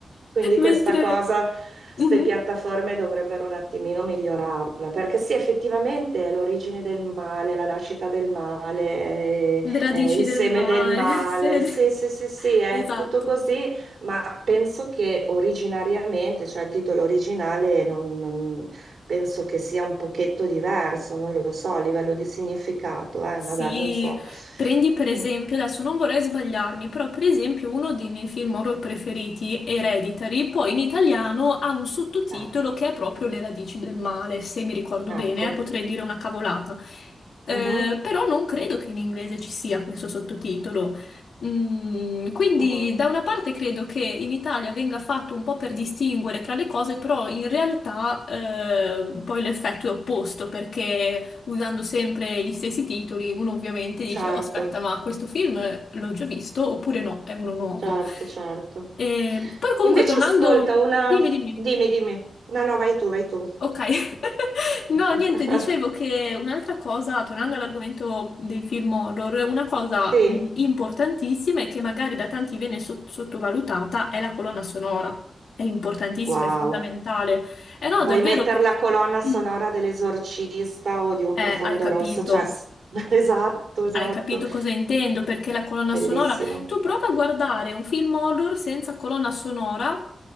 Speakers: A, on the right; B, on the left.
A: Quindi questa
B: Mentre
A: cosa, queste
B: Mhm.
A: piattaforme dovrebbero un attimino migliorarla, perché sì, effettivamente è l'origine del male, la nascita del male, eh,
B: le radici
A: eh, il
B: del
A: seme
B: mare,
A: del male,
B: <laughs> se-
A: sì, sì, sì, sì, è
B: esatto.
A: tutto così, ma penso che originariamente, cioè il titolo originale non... non- Penso che sia un pochetto diverso, non lo so, a livello di significato, eh,
B: Sì,
A: vabbè, non so.
B: prendi per esempio,
A: Mm,
B: adesso non vorrei sbagliarmi, però per esempio uno dei miei film horror preferiti, Hereditary, poi in italiano ha un sottotitolo
A: eh,
B: che è proprio Le radici del male, se mi ricordo
A: ecco.
B: bene, eh, potrei dire una cavolata. Eh,
A: Mhm.
B: però non credo che in inglese ci sia questo sottotitolo. Mm, quindi
A: Mm,
B: da una parte credo che in Italia venga fatto un po' per distinguere tra le cose, però in realtà eh, poi l'effetto è opposto perché usando sempre gli stessi titoli, uno ovviamente dice,
A: certo,
B: "Oh, aspetta, ma questo film l'ho già visto oppure no, è uno nuovo.
A: certo, certo.
B: E poi comunque
A: Invece
B: tornando,
A: ascolta una...
B: dimmi, dimmi.
A: Dimmi, dimmi. No, no, vai tu, vai tu.
B: Ok. <laughs> No,
A: <laughs>
B: niente, dicevo che un'altra cosa, tornando all'argomento dei film horror, una cosa
A: Sì.
B: mh, importantissima e che magari da tanti viene so- sottovalutata è la colonna sonora. È importantissima,
A: Wow.
B: è fondamentale. Eh no,
A: Vuoi
B: davvero
A: mettere
B: perché...
A: la colonna sonora
B: mm,
A: dell'esorcista o di un profondo
B: eh, hai capito.
A: rosso? Cioè, s- <laughs> esatto, esatto.
B: Hai capito cosa intendo? Perché la colonna
A: Bellissimo.
B: sonora... Tu prova a guardare un film horror senza colonna sonora